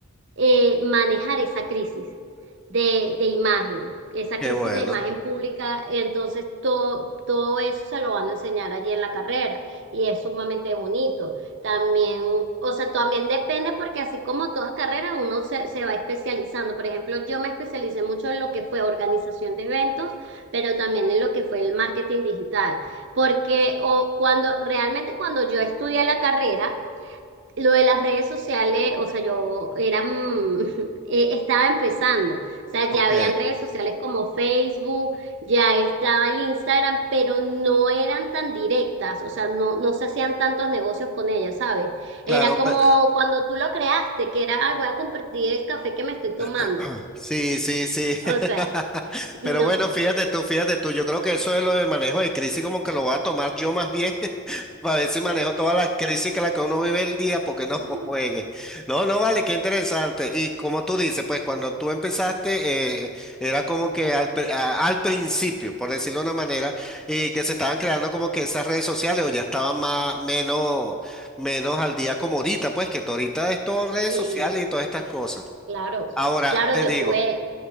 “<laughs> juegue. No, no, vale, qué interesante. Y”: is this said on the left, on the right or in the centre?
Centre